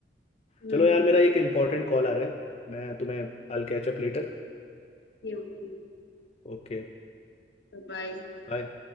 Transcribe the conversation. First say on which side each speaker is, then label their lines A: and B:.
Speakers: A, on the left; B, on the left.
A: हम्म
B: चलो यार मेरा एक इम्पोर्टेंट कॉल आ रहा है मैं तुम्हें I catch up later
A: Okay okay
B: Okay
A: बाय
B: Bye